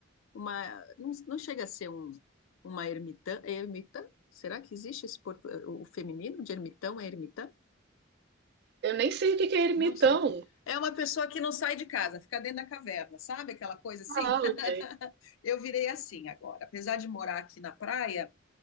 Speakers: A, on the left; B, on the right.
A: uma não, não chega a ser um uma ermitã, é ermitã? Será que existe esse portu- o feminino de ermitão é ermitã?
B: Eu nem sei o que que é ermitão.
A: Não sei. É uma pessoa que não sai de casa, fica dentro da caverna, sabe? Aquela coisa assim.
B: Ah,
A: <laughs>
B: ok.
A: Eu virei assim agora. Apesar de morar aqui na praia,